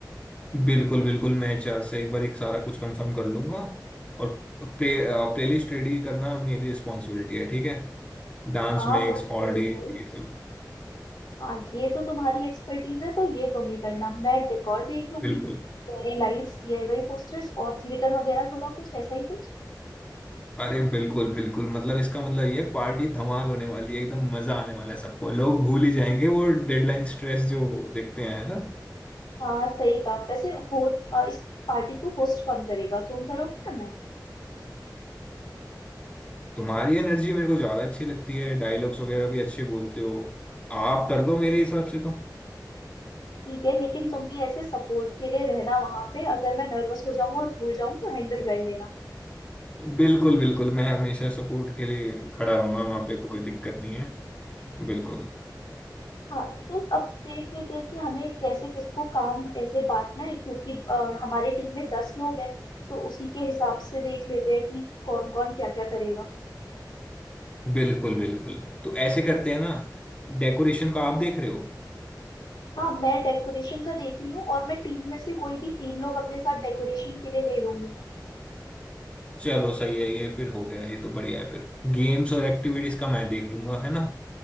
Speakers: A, on the left; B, on the left.
A: बिल्कुल बिल्कुल मैं एचआर से एक बार एक सारा कुछ कंफर्म कर लूंगा और प्ले प्लेलिस्ट रेडी करना मेरी रिस्पॉन्सिबिलिटी है ठीक है डांस
B: हाँ
A: मिक्स
B: बिल्कुल
A: ऑल
B: बिल्कुल
A: डे ये सब
B: हाँ ये तो तुम्हारी एक्सपर्टीज है तो ये तुम ही करना मैं डेकोर देख लूंगी
A: बिल्कुल
B: फेरी लाइट्स डीआईवाई पोस्टर्स और ग्लिटर वगैरह थोड़ा कुछ ऐसा ही कुछ
A: अरे बिल्कुल बिल्कुल मतलब इसका मतलब ये पार्टी धमाल होने वाली है एकदम मजा आने वाला है सबको लोग भूल ही जाएंगे वो डेडलाइन स्ट्रेस जो देखते हैं है ना
B: हाँ सही कहा वैसे हो अ, इस पार्टी को होस्ट कौन करेगा तुम करोगे या मैं
A: तुम्हारी एनर्जी मेरे को ज्यादा अच्छी लगती है डायलॉग्स वगैरह भी अच्छे बोलते हो आप कर लो मेरे हिसाब से तो
B: ठीक है लेकिन तुम भी ऐसे सपोर्ट के लिए रहना वहां पे अगर मैं नर्वस हो जाऊं और भूल जाऊं तो हैंडल कर लेना
A: बिल्कुल बिल्कुल मैं हमेशा सपोर्ट के लिए खड़ा रहूंगा वहां पे कोई दिक्कत नहीं है बिल्कुल
B: हाँ तो अब देख लेते हैं कि हमें कैसे किसको काम ऐसे बांटना है क्योंकि अ, हमारे टीम में दस लोग हैं तो उसी के हिसाब से देख लेते हैं कि कौन कौन क्या क्या करेगा
A: बिल्कुल बिल्कुल तो ऐसे करते हैं ना डेकोरेशन का आप देख रहे हो
B: हाँ मैं डेकोरेशन का देख रही हूँ और मैं टीम में से कोई भी तीन लोग अपने साथ डेकोरेशन के लिए ले लूंगी
A: चलो सही है ये फिर हो गया ये तो बढ़िया है फिर गेम्स और एक्टिविटीज का मैं देख लूंगा है ना